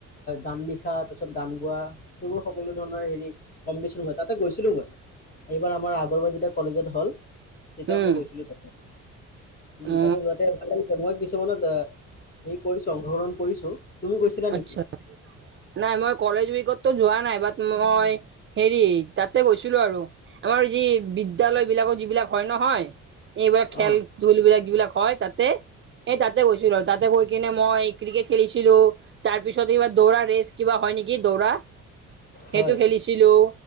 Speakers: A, on the left; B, on the right.
A: গান লিখা তাৰ পিছত গান গোৱা সেইবোৰ সকলো ধৰণৰ হেৰি কম্পিটিশন হয় তাতে গৈছিলো মই। এইবাৰ আমাৰ আগৰবাৰ যেতিয়া কলেজত হ'ল তেতিয়া
B: উম
A: মই গৈছিলো তাতে। উম,
B: অ
A: তাতে যোৱাতে ভাল লাগিছে, মই কিছুমানত অ' হে কৰিছো অংশগ্ৰহণ কৰিছোঁ। তুমি গৈছিলা
B: আচ্ছা
A: নেকি?
B: নাই মই কলেজ উইকতো যোৱা নাই বাট মই হেৰি তাতে গৈছিলোঁ আৰু আমাৰ যি বিদ্যালয় বিলাকৰ যিবিলাক হয় নহয়। এইবিলাক খেল
A: অঁ
B: ধূলবিলাক যিবিলাক হয় তাতে এই তাতে গৈছিলোঁ আৰু তাতে গৈ কিনে মই ক্ৰিকেট খেলিছিলোঁ। তাৰপিছত এইবাৰ দৌৰা ৰেচ কিবা হয় নেকি? দৌৰা।
A: হয়
B: সেইটো খেলিছিলোঁ